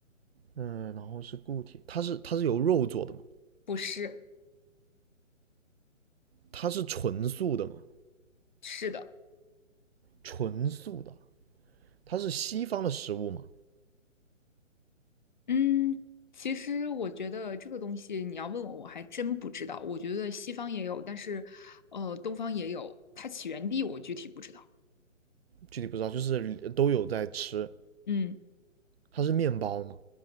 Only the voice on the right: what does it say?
嗯，然后是固体，它是它是由肉做的嘛？
它是纯素的嘛？
纯素的，它是西方的食物嘛？
具体不知道，就是都有在吃。
它是面包嘛？